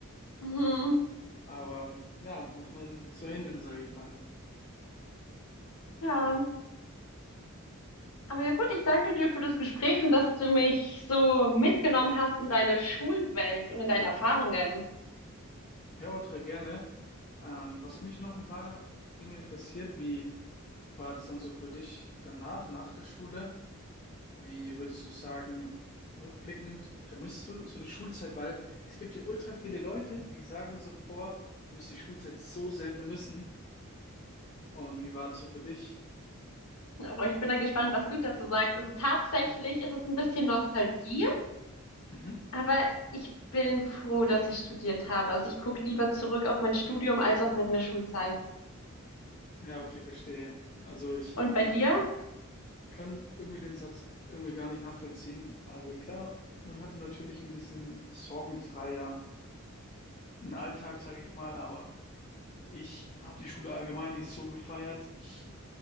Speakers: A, on the left; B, on the left.
A: Mhm.
B: Aber ja, muss man so hinnehmen, sage ich mal.
A: Ja. Aber ja gut, ich danke dir für das Gespräch und dass du mich so mitgenommen hast in deine Schulwelt und in deine Erfahrungen.
B: Ja, ultra gerne. Ähm, was mich noch ein paar Dinge interessiert, wie war das dann so für dich danach, nach der Schule? Wie würdest du sagen, rückblickend, vermisst du so die Schulzeit? Weil es gibt hier ultra viele Leute, die sagen so, boah, du wirst die Schulzeit so sehr vermissen. Und wie war das so für dich?
A: Aber ich bin da gespannt, was du dazu sagst. Also tatsächlich ist es ein bisschen Nostalgie,
B: Mhm.
A: aber ich bin froh, dass ich studiert habe. Also ich gucke lieber zurück auf mein Studium als auf meine Schulzeit.
B: Ja, okay, verstehe. Also ich
A: Und bei dir?
B: kann irgendwie den Satz irgendwie gar nicht nachvollziehen. Also klar, man hatte natürlich ein bisschen sorgenfreier einen Alltag, sage ich mal, aber ich habe die Schule allgemein nicht so gefeiert. Ich